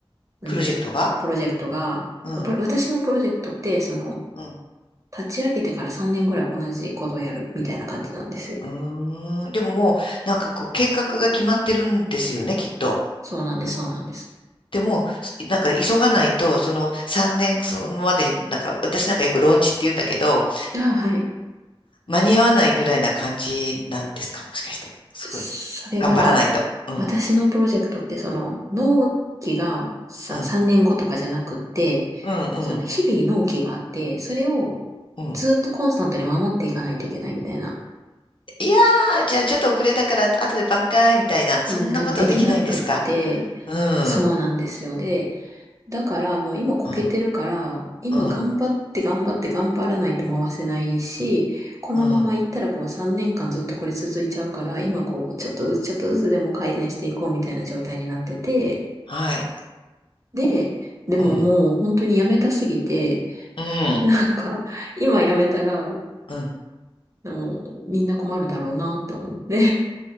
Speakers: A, on the right; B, on the left.
A: うん、
B: プロジェクトが
A: プロジェクトが、
B: うん。
A: プロ私のプロジェクトって、その、
B: うん。
A: 立ち上げてから3年ぐらい同じことをやるみたいな感じなんですよ。
B: うーん。でももう、なんかこう、計画が決まってるんですよね、きっと。
A: そうなんです、そうなんです。
B: でも、すなんか急がないと、その3年、そのまでに、なんか、私なんかよくローンチって言うんだけど、
A: あ、はい。
B: 間に合わないぐらいな感じなんですか、もしかして。すごい。
A: それが、
B: 頑張らないと。うん、
A: 私のプロジェクトって、その、納期がさ3年後とかじゃなくって、
B: うん、うん、うん、
A: その、日々納期があって、それを
B: うん。
A: ずっとコンスタントに守っていかないといけないみたいな
B: いやー、じゃあちょっと遅れたから、後で挽回みたいな、
A: うんができなくって、
B: そんなことはできないんですか。うん、
A: そうなんですよ。で、だからもう今こけてるから、
B: うん、
A: 今頑張って頑張って頑張らないと回せないし、
B: うん、
A: このまま行ったらこう3年間ずっとこれ続いちゃうから、
B: うん、
A: 今こうちょっとずつちょっとずつでも改善していこうみたいな状態になってて、
B: はい、
A: で、でももう本当にやめたすぎて、
B: うん、うん、
A: なんか今やめたら、あ
B: うん。
A: のみんな困るだろうなって思って、